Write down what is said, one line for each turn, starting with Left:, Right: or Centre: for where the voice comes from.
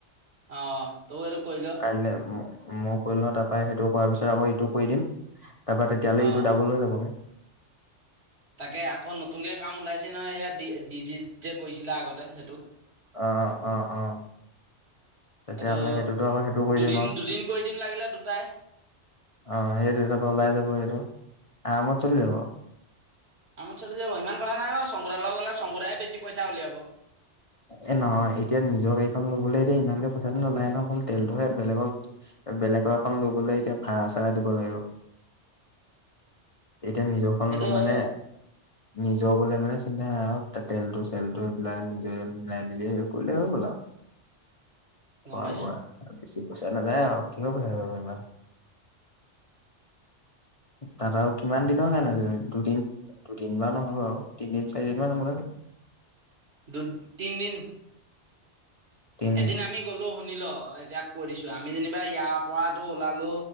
Right: অ তৈও সেইটো কৰি ল।
Left: কাইলে ম- মই কৰি লও তাৰপা সেইটো কৰাৰ পিছত আকৌ ইটো কৰি দিম। তাৰ পৰা তেতিয়াহলে
Right: অ'
Left: ইটো দাবোল হৈ যাবগে।
Right: তাকে আকৌ নতুনকে কাম ওলাইছে নহয় সেয়া ডি জি যে কৰিছিলা আগতে সেইটো।
Left: অ অ অ তেতিয়াহ'লে
Right: সেইটো
Left: সেইটোতো আকৌ সেইটো কৰি
Right: দুদিন
Left: দিম আৰু
Right: দুদিন কৰি দিম লাগিলে দুটাই।
Left: অ' সেইটো তাৰপৰা ওলাই যাব সেইটো আৰামত চলি যাব।
Right: আৰামত চলি যাব ইমান কথা নাই বাৰু শংকু দা লগত গ'লে শংকু দায়ে বেছি। পইচা উলিয়াব
Left: এ নহয়, এতিয়া নিজৰ গাড়ী এখন লৈ গ'লে এতিয়া ইমানকে পইচাটো নোলায়ে ন হ'ল ।তেলটোহে বেলেগক বেলেগক এখন লৈ গলে এতিয়া ভাড়া চাড়া দিব লাগিব। এতিয়া নিজৰখন
Right: সেইটো
Left: ল'
Right: হয়
Left: মানে
Right: বাৰু
Left: নিজৰ বুলি মানে চিন্তা <unintelligible> তে তেলটোছ তেলটো মিলাই নিজেই মিলা মেলি কৰিলে হৈ গ'ল আও। খোৱা
Right: গম পাইছোঁ
Left: বোৱা আৰু বেছি। পইচা নাযায় আৰু কিহৰ পইছা যাব ইমান। তাত আৰু কিমান দিনৰ কাৰণ যাবি দুদিন দুদিন বা নহ'লে আও তিনদিন চাৰিদিনমান হ'ব লাগে।
Right: দু তিনদিন।
Left: তিনদিন
Right: এদিন আমি গ'লো শুন শুনি ল, এতিয়া কৈ দিছো আমি যেনিবা ইয়াৰ পৰাটো ওলালো